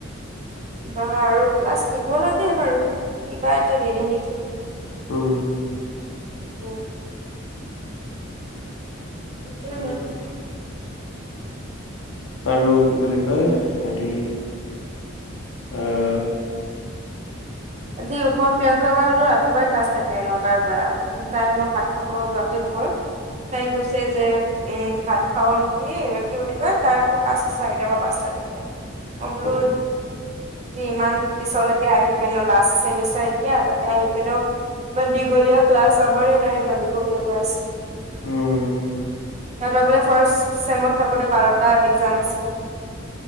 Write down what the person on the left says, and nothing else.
উম,
<unintelligible> আৰু কি বুলি কয়? হেৰি, আহ,
অ
উম